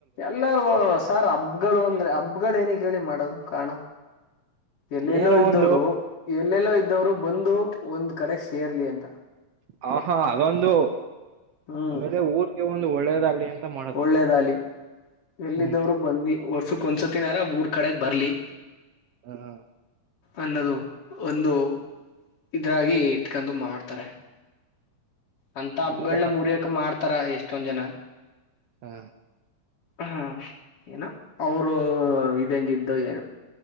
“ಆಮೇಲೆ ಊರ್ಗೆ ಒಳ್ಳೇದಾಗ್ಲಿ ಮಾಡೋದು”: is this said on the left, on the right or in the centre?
Right